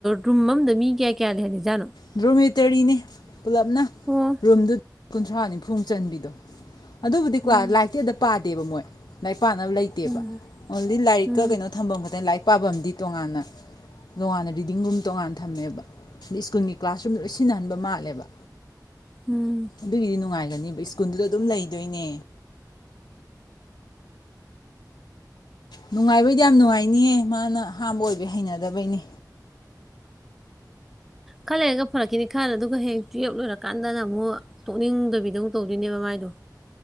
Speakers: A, in the centre; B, on the left.
A: ꯔꯨꯝ ꯑꯃꯗ ꯃꯤ ꯀꯌꯥ ꯀꯌꯥ ꯂꯩ ꯍꯥꯏꯜꯂꯤꯖꯥꯠꯅꯣ
B: ꯗ꯭ꯔꯣꯃꯦꯇꯔꯤꯅꯤ ꯄꯨꯂꯞꯅ
A: ꯑꯣ
B: ꯔꯨꯝꯗꯨ ꯀꯨꯟꯊ꯭ꯔꯥ ꯅꯤꯐꯨ ꯃꯨꯛ ꯆꯟꯕꯤꯗꯣ ꯑꯗꯨꯕꯨꯗꯤꯀꯣ
A: ꯎꯝ
B: ꯂꯥꯏꯔꯤꯛꯇꯤ ꯑꯗ ꯄꯥꯗꯦ ꯗꯕ ꯃꯣꯏ ꯄꯥꯅꯕ ꯂꯩꯇꯦꯕ
A: ꯎꯝ
B: ꯑꯣꯡꯂꯤ ꯂꯥꯏꯔꯤꯛꯀ
A: ꯎꯝ
B: ꯀꯩꯅꯣ ꯊꯝꯕꯝ ꯈꯛꯇꯅꯦ ꯂꯥꯏꯐ ꯄꯥꯐꯝꯗꯤ ꯇꯣꯉꯥꯟꯅ ꯇꯣꯉꯥꯟꯅ ꯔꯤꯗꯤꯡ ꯔꯨꯝ ꯇꯣꯉꯥꯟꯅ ꯊꯝꯃꯦꯕ ꯑꯗꯩ ꯁ꯭ꯀꯨꯜꯒꯤ ꯀ꯭ꯂꯥꯁꯔꯨꯝꯗ ꯂꯣꯏ ꯁꯤꯟꯅꯍꯟꯕ ꯃꯥꯜꯂꯦꯕ
A: ꯎꯝ
B: ꯑꯗꯨꯒꯤꯗꯤ ꯅꯨꯡꯉꯥꯏꯦ ꯁꯀꯨꯟ ꯑꯗꯨꯝ ꯂꯩꯗꯣꯏꯅꯦ ꯅꯨꯡꯉꯥꯏꯕꯩꯗꯤ ꯌꯥꯝ ꯅꯨꯡꯉꯥꯏꯅꯤꯌꯦ ꯃꯥꯅ ꯑꯍꯝꯕ ꯑꯣꯏꯕꯩ ꯍꯩꯅꯗꯕꯩꯅꯤ
A: ꯈꯜ ꯂꯩꯔꯒ ꯐꯔꯛꯈꯤꯅꯤ ꯈꯜꯂ ꯑꯗꯨꯒ ꯍꯦꯛ ꯇꯨꯌꯦꯞ ꯂꯣꯏꯔꯀꯥꯟꯗꯅ ꯑꯃꯨꯛ ꯇꯣꯛꯅꯤꯡꯗꯕꯤꯗ ꯑꯃꯨꯛ ꯇꯧꯗꯣꯏꯅꯦꯕ ꯃꯥꯏꯗꯣ